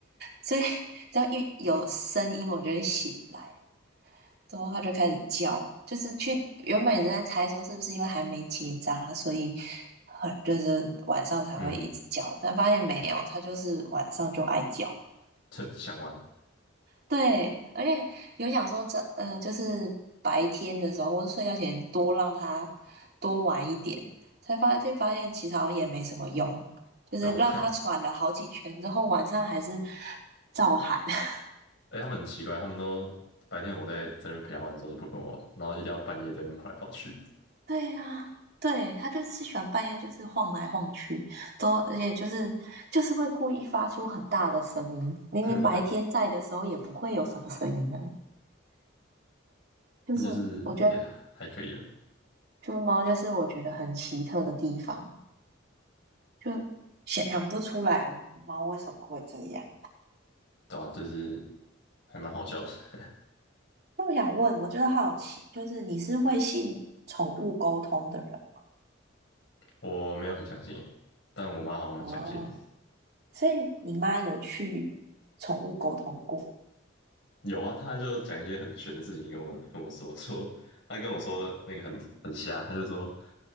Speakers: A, on the right; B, on the left.
A: 所以只要一有声音我就会醒来，之后它就开始叫，就是去原本也是在猜说是不是因为还没结扎，所以很就是晚上才会一直叫，
B: <laughs> 嗯，
A: 但发现没有，它就是晚上就爱叫。
B: 这想完了，
A: 对，而且有讲说这呃，就是白天的时候或者睡觉前多让它多玩一点，才发现发现其实好像也没什么用，就是让它喘了好几圈之后，
B: 对吧？<laughs>
A: 晚上还是照喊。<laughs>
B: 哎，他们很奇怪，他们都白天我在这边陪他玩的时候都不跟我玩，然后一定要半夜在那边跑来跑去，
A: 对呀、对，它就是喜欢半夜就是晃来晃去，都而且就是就是会故意发出很大的声音，明明白天在的时候也不会有什么声音的，
B: <laughs> 对，
A: 就是我觉得
B: 那就是也还可以啊，
A: 就是猫就是我觉得很奇特的地方。就想想不出来猫为什么会这样。
B: 对啊，就是还蛮好笑的。<laughs>
A: 那我想问，我觉得好奇，就是你是会信宠物沟通的人吗
B: 我没有很相信诶，但我妈好像蛮相信的。
A: 哦？所以你妈有去宠物沟通过，
B: 有啊，她就讲一些很玄的事情跟我跟我说，说她跟我说那个很很瞎，她就说